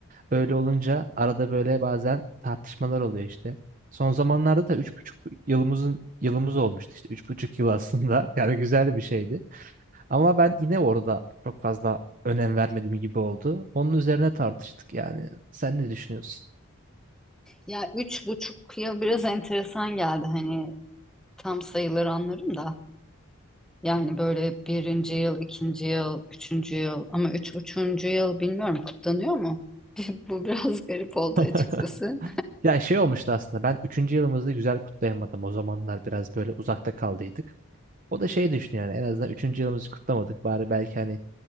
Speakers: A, on the right (about 35°); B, in the centre.
A: Öyle olunca arada böyle bazen tartışmalar oluyor işte. Son zamanlarda da üç buçuk yılımızın yılımız olmuştu işte üç buçuk yıl aslında. <laughs> Yani güzel bir şeydi. Ama ben yine orada çok fazla önem vermedim gibi oldu. Onun üzerine tartıştık yani. Sen ne düşünüyorsun?
B: Ya üç buçuk yıl biraz enteresan geldi. Hani tam sayıları anlarım da. Yani böyle birinci yıl, ikinci yıl, üçüncü yıl ama üç buçuğuncu yıl bilmiyorum kutlanıyor mu? <laughs> Bu biraz garip oldu
A: <laughs>
B: açıkçası.
A: Ya şey olmuştu aslında ben üçüncü yılımızı güzel kutlayamadım. O zamanlar biraz böyle uzakta kaldıydık. O da şey düşünüyor yani en azından üçüncü yılımızı kutlamadık. Bari belki hani